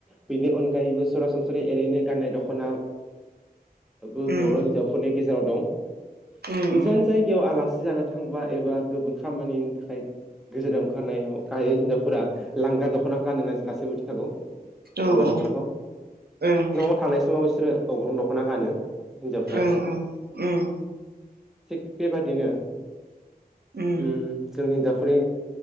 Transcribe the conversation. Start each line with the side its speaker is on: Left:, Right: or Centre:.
Centre: बेनि अनगायैबो सरासनस्रै एओरैनो गाननाय दख'ना। बर'
Right: उम
Centre: हिनजावफोरनि गेजेराव दं
Right: उम उम
Centre: गोजान जायगायाव आलासि जानो थांबा एबा गुबुन खामानिनि थाखाय गोजोनाव ओंखारनायाव गाहाय हिनजावफोरा लांगा दख'ना गान होननानै गासैबो मिथिखागौ।
Right: औ
Centre: लांगा
Right: औ
Centre: दख'नाखौ
Right: ओं
Centre: न'आव थानाय समाव बिसोरो अग्रुं दख'ना गानो। हिनजावफ्रा
Right: ओं ओं उम
Centre: थिग बेबादिनो
Right: उम
Centre: उ जों हिनजावफोरनि